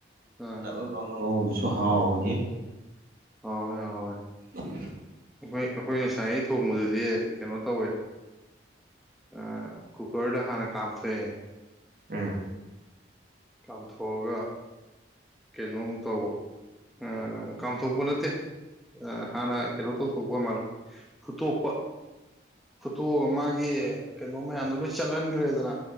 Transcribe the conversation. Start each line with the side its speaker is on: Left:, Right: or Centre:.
Centre: ꯑꯥ
Right: ꯅꯞ ꯅꯞ ꯂꯥꯎꯅ ꯉꯧꯕꯗꯨꯁꯨ ꯍꯥꯎꯕꯅꯤ
Centre: ꯍꯥꯎꯋꯦ ꯍꯥꯎꯋꯦ
Right: ꯑꯝ
Centre: ꯑꯩꯈꯣꯏ ꯑꯩꯈꯣꯏ ꯉꯁꯥꯏ ꯑꯩꯅ ꯊꯣꯡꯕꯗꯨꯗꯤ ꯀꯩꯅꯣ ꯇꯧꯋꯦ ꯑꯥ ꯀꯨꯀ꯭ꯔꯗ ꯍꯥꯟꯅ ꯀꯥꯞꯊꯣꯛ ꯑꯦ
Right: ꯑꯝ
Centre: ꯀꯥꯝꯊꯣꯛꯑꯒ ꯀꯩꯅꯣꯝꯃꯨꯛ ꯇꯧꯟꯑ ꯀꯥꯝꯊꯣꯛꯄ ꯅꯠꯇꯦ ꯑ ꯍꯥꯟꯅ ꯀꯩꯅꯣ ꯇꯧꯊꯣꯛꯄ ꯑꯣꯏ ꯃꯥꯜꯂꯦ ꯐꯨꯠꯇꯣꯛꯄ ꯐꯨꯠꯇꯣꯛꯑꯒ ꯃꯥꯒꯤ ꯀꯩꯅꯣ ꯃꯌꯥꯝꯗꯣ ꯂꯣꯏ ꯆꯠꯍꯟꯈ꯭ꯔꯦꯗꯅ